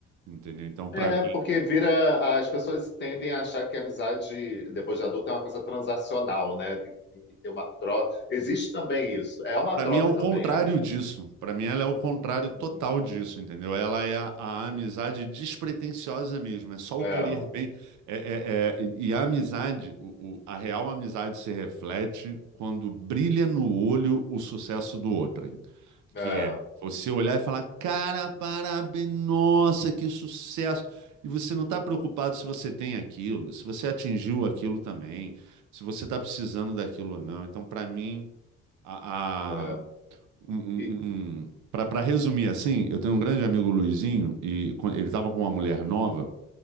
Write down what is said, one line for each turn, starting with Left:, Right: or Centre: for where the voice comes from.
Right: entendeu? Então, para
Left: É,
Right: mim,
Left: porque vira, as pessoas tendem a achar que a amizade, depois de adulta, é uma coisa transacional, né? Tem, tem que ter uma troca. Existe também isso, é uma
Right: Pra
Left: troca
Right: mim é o
Left: também,
Right: contrário
Left: é.
Right: disso. Pra mim ela é o contrário total
Left: Uhum.
Right: disso, entendeu? Ela é a, a amizade despretensiosa mesmo. É só
Left: É,
Right: o querer bem. É, é- é- e a amizade, o- o- a real amizade se reflete quando brilha no olho o sucesso do outro, hein? Que
Left: é,
Right: é você olhar e falar, cara, parabéns, nossa, que sucesso. E você não está preocupado se você tem aquilo, se você atingiu aquilo também, se você está precisando daquilo ou não. Então, para mim a,
Left: é.
Right: um,
Left: E-
Right: para resumir assim, eu tenho um grande amigo Luizinho e quan- ele estava com uma mulher nova